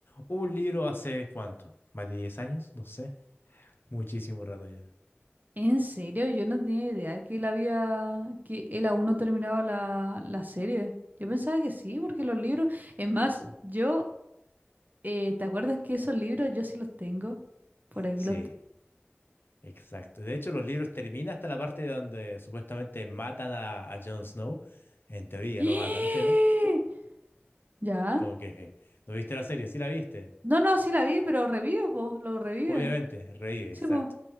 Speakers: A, on the left (about 60°); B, on the right (about 45°).
A: un libro hace cuánto, más de 10 años, no sé, muchísimo rato ya.
B: En serio, yo no tenía idea que él había, que él aún no terminaba la, la serie. Yo pensaba que sí, porque los libros, es más, yo, eh, ¿te acuerdas que esos libros yo sí los tengo? Por aquí
A: Sí,
B: los... te-
A: exacto. De hecho, los libros terminan hasta la parte donde supuestamente matan a, a Jon Snow, en teoría
B: <gasps>
A: lo matan, pero
B: ¿Ya?
A: como que, eh, ¿no viste la serie? Sí la viste.
B: No, no, sí la vi, pero revive, po, lo reviven.
A: Obviamente, reír, exacto.
B: Sí, po.